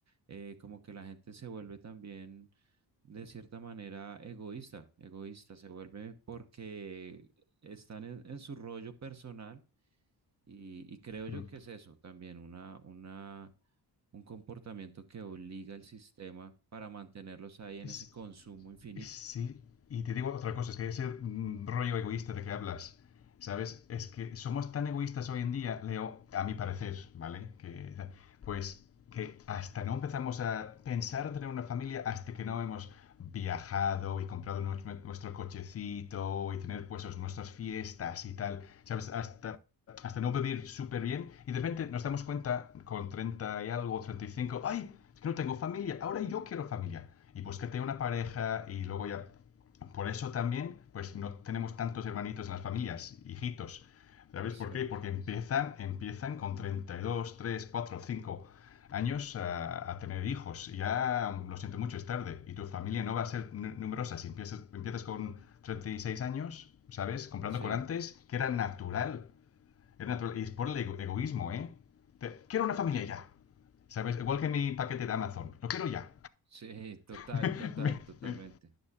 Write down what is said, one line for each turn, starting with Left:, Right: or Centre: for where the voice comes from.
Right: eh, como que la gente se vuelve también de cierta manera egoísta, egoísta, se vuelve porque están en, en su rollo personal y, y creo yo
Left: Mm.
Right: que es eso también, una, una, un comportamiento que obliga al sistema para mantenerlos ahí en
Left: Es,
Right: ese consumo infinito,
Left: es- sí. Y te digo otra cosa, es que ese mm, rollo egoísta de que hablas, ¿sabes? Es que somos tan egoístas hoy en día, Leo, a mi parecer, ¿vale? Que, pues que hasta no empezamos a pensar en tener una familia hasta que no hemos viajado y comprado nues- nuestro cochecito y tener pues os- nuestras fiestas y tal, ¿sabes? Hasta hasta no vivir súper bien y de repente nos damos cuenta con 30 y algo, 35 ay, es que no tengo familia, ahora yo quiero familia. Y búscate una pareja y luego ya... Por eso también, pues no tenemos tantos hermanitos en las familias, hijitos. ¿Sabes
Right: es
Left: por
Right: cierto.
Left: qué? Porque empiezan, empiezan con 32, 3, 4, 5 años a, a tener hijos. Ya, lo siento mucho, es tarde. Y tu familia no va a ser numerosa. Si empiezas, empiezas con 36 años, ¿sabes? Comprando
Right: Sí,
Left: con antes, que era natural es natural. Y es por el ego- egoísmo, ¿eh? Te- quiero una familia ya. ¿Sabes? Igual que mi paquete de Amazon. Lo quiero ya.
Right: sí, <laughs> total,
Left: <laughs>
Right: total,
Left: me,
Right: totalmente.
Left: me-